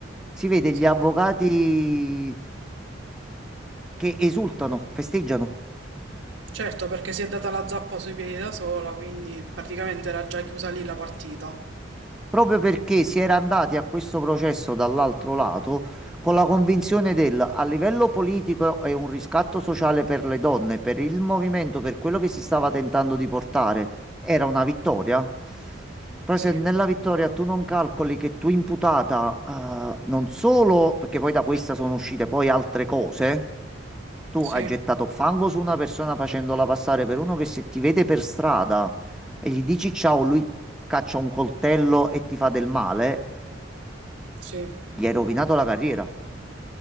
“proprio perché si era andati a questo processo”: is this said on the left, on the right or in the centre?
Centre